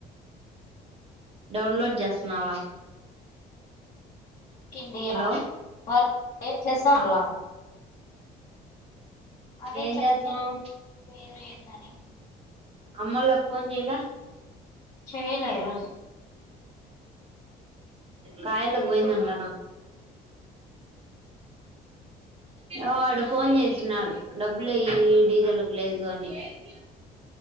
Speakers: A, on the right (about 35°); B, on the left (about 35°).
A: డౌన్లోడ్ చేస్తున్నావా
B: <unintelligible>
A: హలో
B: అదే
A: ఏం
B: చెబితే
A: చేస్తున్నావ్
B: పేరు ఏందని
A: అమ్మలా పోన్ చేయలా
B: చేయలే ఈ రోజు
A: కాయలకు పోయిందంట ఎ వాడు ఫోన్ చేసినడు డబ్బులుయ డీజిల్ కు లేదు అని ఏ అంత